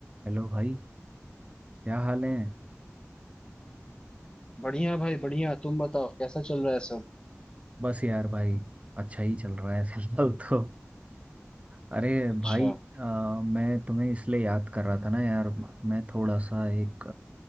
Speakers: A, on the right; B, on the left.
A: हेलो भाई क्या हाल है
B: बढ़िया भाई बढ़िया तुम बताओ कैसा चल रहा है सब
A: बस यार भाई अच्छा ही चल रहा है <laughs> फिलहाल तो अरे
B: अच्छा
A: भाई अ, मैं तुम्हें इसलिए याद कर रहा था ना यार मैं थोड़ा सा एक